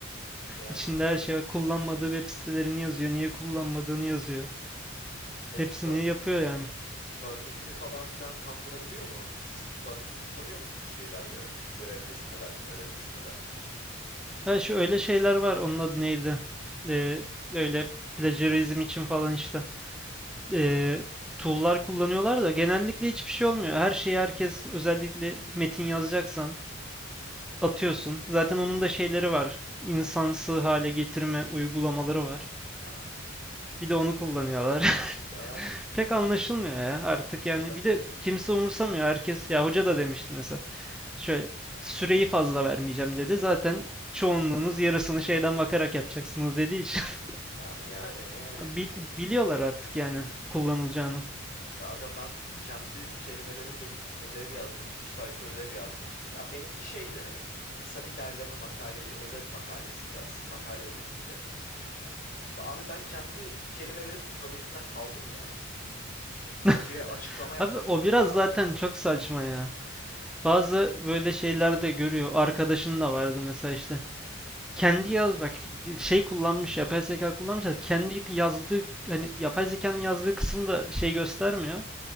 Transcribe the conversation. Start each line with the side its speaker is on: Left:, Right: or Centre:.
Left: Yani.
Centre: İçinde her şey var. Kullanmadığı web sitelerini yazıyor. Niye kullanmadığını yazıyor.
Left: E,
Centre: Hepsini
Left: tö-
Centre: yapıyor yani.
Left: Turnitin'i falan filan kandırabiliyor mu? Siz Turnitin kullanıyor musunuz şeylerde? Görev teslim ederken, ödev teslim ederken.
Centre: Ha şu öyle şeyler var. Onun adı neydi? Ee, böyle plagiarizm için falan işte. Ee, tool'lar kullanıyorlar da genellikle hiçbir şey olmuyor. Her şeyi herkes özellikle metin yazacaksan atıyorsun. Zaten onun da şeyleri var. İnsansı hale getirme uygulamaları var.
Left: Ha.
Centre: Bir de onu kullanıyorlar. <laughs>
Left: <laughs> Ha.
Centre: Pek anlaşılmıyor ya artık
Left: Duble
Centre: yani.
Left: katmerli.
Centre: Bir de kimse umursamıyor. Herkes ya hoca da demişti mesela. Şöyle süreyi fazla vermeyeceğim dedi. Zaten çoğunluğunuz yarısını şeyden bakarak yapacaksınız dediği için <laughs>
Left: Ha, yani yani.
Centre: Bil- biliyorlar artık yani kullanılacağını.
Left: Hı hı. Ya aga ben kendi kelimelerimle gittim ödev yazdım. üç sayfa ödev yazdım. Ya benimki şeydi hani kısa bir derleme makaleydi. Özet makalesiydi aslında. Makale özetiydi. Abi ben kendi kelimelerimle Turnitin'den kaldım ya.
Centre: <laughs>
Left: Hocaya açıklama yapmak
Centre: Abi o
Left: zorunda
Centre: biraz
Left: kaldım
Centre: zaten
Left: yani.
Centre: çok saçma ya. Bazı böyle şeyler de görüyor. Arkadaşın da vardı mesela işte. Kendi yaz bak şey kullanmış yapay zeka kullanmış. da Kendi yazdığı hani yapay zekanın yazdığı kısımda şey göstermiyor.